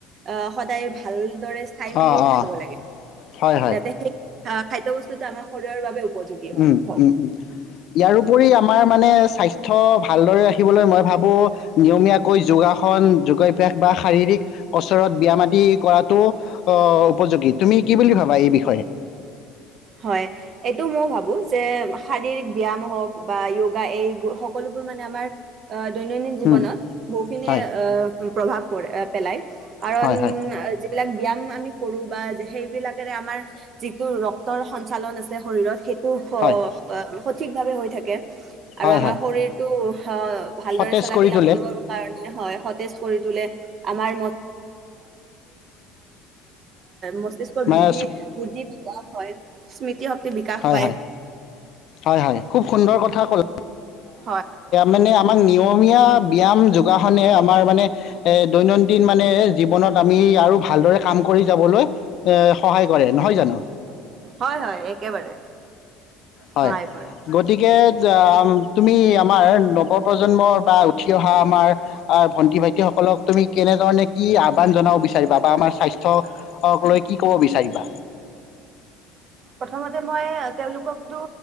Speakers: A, on the right; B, on the left.
A: আহ সদায় ভালদৰে চাই মেলি
B: অঁ অঁ
A: খাব লাগে,
B: হয়
A: যাতে সেই খাদ্য বস্তু আমাৰ শৰীৰৰ বাবে উপযোগী হয়
B: উম-উম-উম।
A: হওক
B: ইয়াৰপৰি আমাৰ মানে স্বাস্থ্য ভালদৰে ৰাখিবলৈ মই ভাবো নিয়মীয়াকৈ যোগাসন যোগাঅভ্যাস বা শাৰীৰিক কচৰত ব্যায়াম আদি কৰাতটো উপযোগী। তুমি কি বুলি ভাবা এই বিষয়ে?
A: হয় এইটো মই ভাবো যে শাৰীৰিক ব্যায়াম হওক বা যোগা এই সকলোবোৰ মানে আমাৰ অ দৈনন্দিন জীৱনত
B: উম,
A: বহুখিনি
B: হয়
A: প্ৰভাৱ পৰে, পেলায়। কাৰণ
B: হয় হয়
A: যিবিলাক ব্যয়ায়াম আমি কৰো বা সেইবিলাকেৰে আমাৰ যিটো ৰক্তৰ সঞ্চালন আছে শৰীৰত সেই শ
B: হয়
A: অ সঠিকভাৱে হৈ থাকে। আৰু
B: হয়
A: আমাৰ
B: হয়
A: শৰীৰটো অ ভালদৰে
B: সতেজ
A: চলাই
B: কৰি
A: ফিলা
B: তোলে
A: কৰিবৰ কাৰণে হয়। সতেজ কৰী তোলে। আমাৰ <unintelligible> উ মস্তিষ্ক
B: মানে
A: বিৃদ্ধি <inaudible> হয় স্মৃতি শক্তি বিকাশ
B: হয়-হয়,
A: পায়
B: হয়-হয় খুব সুন্দৰ কথা ক'লে।
A: হয়
B: মানে আমাক নিয়মীয়া ব্যায়াম যোগাসনে আমাৰ মানে এ দৈনন্দিন মানে জীৱনত আমি আৰু ভালদৰে কাম কৰি যাবলৈ এ সহায় কৰে, নহয় জানো?
A: হয়-হয় একেবাৰে।
B: হয়,
A: সহায় কৰে
B: গতিকে তুমি আমাৰ নৱপ্ৰজন্মৰ বা উঠি অহা আমাৰ ভন্টি-ভাইটি সকলক তুমি কেনেধৰণে কি আহ্বান জনাব বিচাৰিবা বা আমাৰ স্বাস্থ্যক লৈ কি ক'ব বিচাৰিবা?
A: প্ৰথমতে মই তেওঁলোকক তো